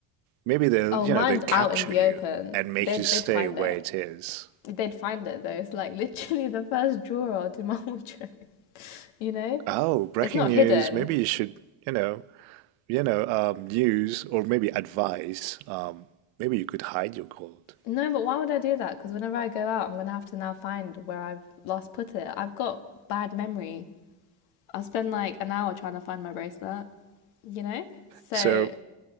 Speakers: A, on the right; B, on the left.
A: Maybe they'll,
B: Oh,
A: you
B: mine's
A: know, they'll capture
B: out in the
A: you
B: open.
A: and make
B: They'd
A: you stay
B: they'd find
A: where
B: it.
A: it is.
B: they'd find it though. It's like <laughs> literally the first drawer to my wardrobe. <laughs> you know,
A: Oh, breaking
B: it's not
A: news.
B: hidden.
A: Maybe you should, you know, you know, um, news or maybe advice. Um, maybe you could hide your gold.
B: No, but why would I do that? Because whenever I go out, I'm gonna have to now find where I've last put it. I've got bad memory. I'll spend like an hour trying to find my bracelet. You know. So,
A: So,